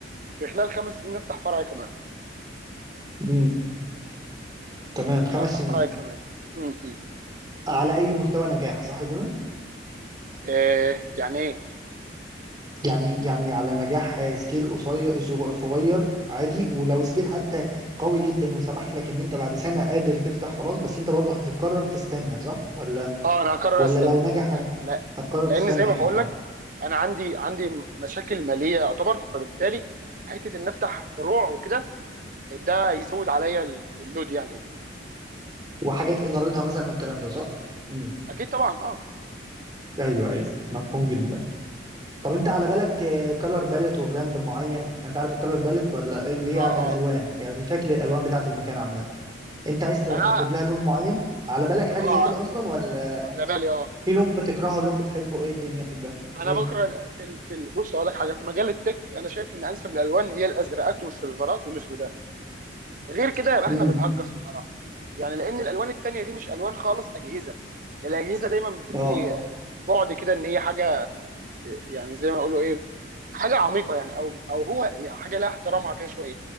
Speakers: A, on the right (about 45°); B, on the right (about 20°).
A: في خلال خمس سنين افتح فرع كمان
B: امم تمام خمس
A: افتح
B: سنين
A: فرع كمان امم
B: على اي مستوى نجاح صح كده؟
A: إيه يعني ايه
B: يعني يعني على نجاح سكيل قصير صغ- صغير عادي ولو سكيل حتى قوي جدا وسمح لك ان انت بعد سنة قادر تفتح خلاص بس انت برضه هتقرر تستنى صح؟ ولا
A: اه انا هقرر
B: ولا
A: استنى
B: لو نجح
A: لا لا
B: هتقرر
A: لان
B: تستنى
A: زي ما
B: يعني
A: بقول
B: اه
A: لك انا عندي عندي مشاكل ماليه يعتبر فبالتالي حته ان افتح فروع وكده ده يزود عليا ال- اللود يعني وكده
B: وحاجات ادارتها مثلا والكلام ده صح؟ امم
A: اكيد طبعا اه
B: ايوه ايوه مفهوم جدا طب انت على بالك كلر باليت وبراند معين انت عارف الكلر باليت ولا اللي هي
A: اه
B: الالوان
A: اه
B: يعني شكل الالوان
A: اه
B: بتاعه المكان عامه انت عايز ت- تاخد
A: انا
B: لها لون معين على بالك حاجه
A: اه
B: زي كده اصلا ولا
A: على بالي اه
B: في لون بتكرهه لون بتحبه ايه الدنيا في ده
A: انا
B: ايه
A: بكره ال- في ال- في ال- بص اقول لك حاجه في مجال التك انا شايف ان انسب الالوان هي الازرقات والسيلفرات والاسود غير كده يبقى احنا
B: امم
A: بنهجص بصراحه يعني لان الالوان التانيه دي مش الوان خالص اجهزه الاجهزه دايما بتدي
B: اه
A: بعد كده ان هي حاجه يعني زي ما اقولوا ايه حاجه عميقه يعني او او هو يعني حاجه لها احترامها كده شويه